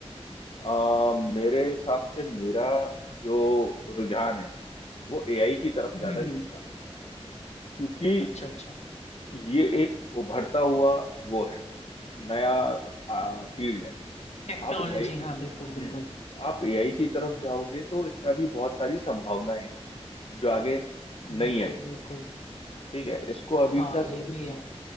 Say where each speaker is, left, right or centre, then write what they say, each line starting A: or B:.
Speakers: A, on the left; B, on the left.
A: आ, मेरे हिसाब से मेरा जो रुझान है वो एआई की तरफ
B: हम्म
A: ज्यादा
B: हम्म,
A: जाएगा क्योंकि
B: अच्छा अच्छा
A: ये एक उभरता हुआ वो है नया फील्ड है
B: टेक्नोलॉजी
A: आप एआई की
B: हाँ बिल्कुल
A: हम्म
B: बिल्कुल
A: आप एआई की तरफ जाओगे तो इसमें अभी बहुत सारी संभावनाएं हैं जो आगे नहीं
B: बिल्कुल
A: आई है
B: बिल्कुल
A: ठीक है इसको अभी
B: हाँ
A: तक
B: ये भी है